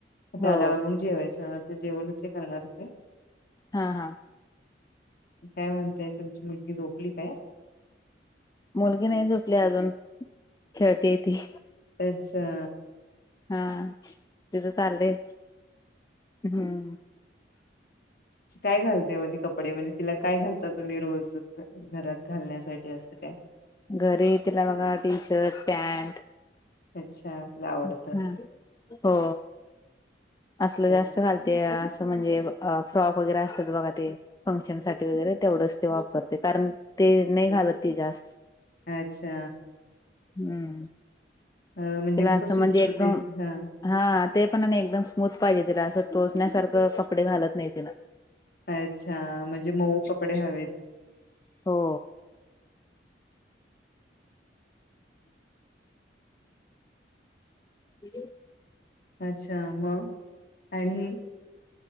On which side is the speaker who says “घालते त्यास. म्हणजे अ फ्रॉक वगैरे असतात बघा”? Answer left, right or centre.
Left